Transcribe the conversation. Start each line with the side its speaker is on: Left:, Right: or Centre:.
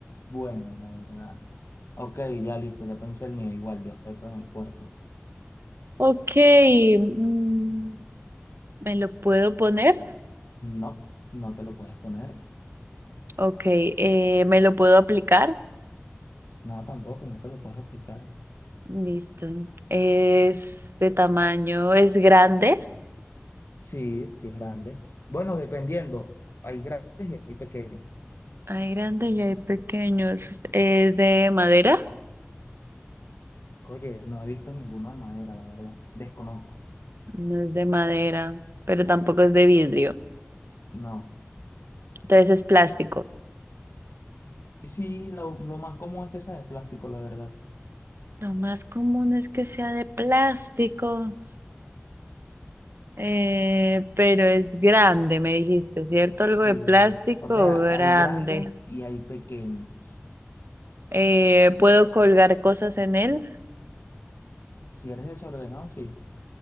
Left: bueno, la verdad. Ok, ya listo, ya pensé el mío, igual de objeto en el cuerpo.
Right: Ok, mm, ¿me lo puedo poner?
Left: No, no te lo puedes poner.
Right: Ok, eh, ¿me lo puedo aplicar?
Left: No, tampoco, no te lo puedes aplicar.
Right: Listo. Es de tamaño, es grande.
Left: Sí, sí es grande. Bueno, dependiendo, hay grandes y hay pequeños.
Right: Hay grande y hay pequeños. Es de madera.
Left: Oye, no he visto ninguno de madera, la verdad. Desconozco.
Right: No es de madera, pero tampoco es de vidrio.
Left: No.
Right: Entonces es plástico.
Left: Y Sí, lo, lo más común es que sea de plástico, la verdad.
Right: Lo más común es que sea de plástico, eh, pero es grande, me dijiste, ¿cierto?
Left: Sí.
Right: Algo de plástico
Left: O sea,
Right: grande.
Left: hay grandes y hay pequeños.
Right: Eh, ¿puedo colgar cosas en él?
Left: Si eres desordenado, sí.